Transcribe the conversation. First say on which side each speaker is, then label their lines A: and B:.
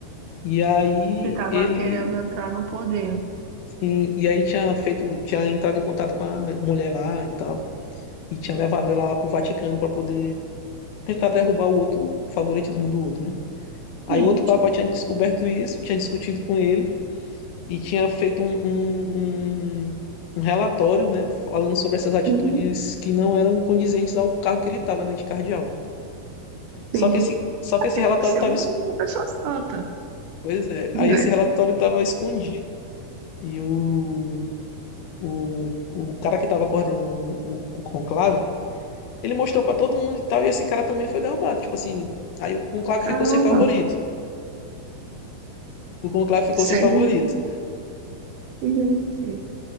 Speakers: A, on the left; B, on the right.
A: E aí
B: Ficava
A: ele,
B: querendo entrar no poder.
A: sim, e aí tinha feito, tinha entrado em contato com a mulher lá e tal, e tinha levado ela lá pro Vaticano para poder tentar derrubar o outro o favoritismo do outro, né? Aí
B: Gente,
A: o outro papa tinha descoberto isso, tinha discutido com ele. e tinha feito um, um, um- um relatório, né, falando sobre essas atitudes
B: uhum,
A: que não eram condizentes ao cargo que ele estava, né, de cardeal. Só
B: sim.
A: que esse, só que
B: É porque
A: esse relatório
B: tem que ser
A: estava,
B: um, uma pessoa santa,
A: pois é, aí
B: né?
A: esse relatório estava escondido e o, o, o cara que estava coordenando o, o conclave, ele mostrou para todo mundo e tal, e esse cara também foi derrubado, tipo assim, aí o conclave
B: Caramba,
A: ficou sem favorito. O conclave ficou
B: sem
A: sem favorito.
B: gente,